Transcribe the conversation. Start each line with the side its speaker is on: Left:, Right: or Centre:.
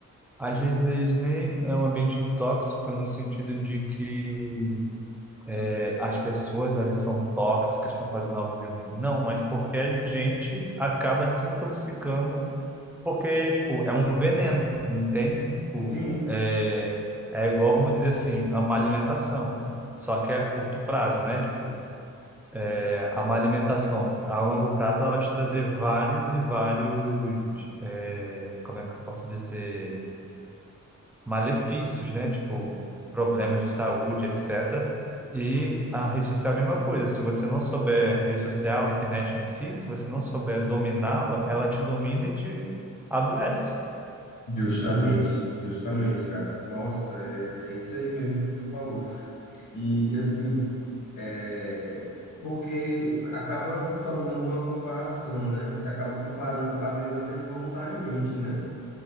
Centre: Às vezes nem é um ambiente tóxico no sentido de que é, as pessoas ali são tóxicas, estão fazendo algo de ruim. Não, mas porque a gente acaba se intoxicando, porque tipo, é um veneno, entende? Tipo,
Left: Sim,
Centre: é, é igual, vamos dizer assim, a má alimentação. Só que é a curto prazo, né? Tipo, é, a má alimentação a longo prazo ela vai te trazer vários e vários, é, como é que eu posso dizer? malefícios, né? Tipo, problemas de saúde, etc. E a rede social é a mesma coisa. Se você não souber rede social, internet em si, se você não souber dominá-la, ela te domina e te adoece.
Left: justamente, justamente, cara. Nossa, é, é isso aí mesmo que você falou. E, e assim, é, porque acaba se tornando uma comparação, né? Você acaba comparando, às vezes até involuntariamente, né?